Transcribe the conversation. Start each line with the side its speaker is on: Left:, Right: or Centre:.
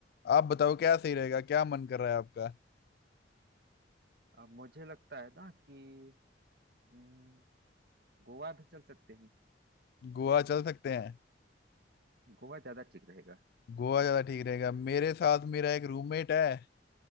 Left: आप बताओ क्या सही रहेगा क्या मन कर रहा है आपका
Right: अब मुझे लगता है ना कि हम्म, गोवा भी चल सकते हैं
Left: गोवा चल सकते हैं
Right: गोवा ज्यादा ठीक रहेगा
Left: गोवा ज़्यादा ठीक रहेगा मेरे साथ मेरा एक रूममेट है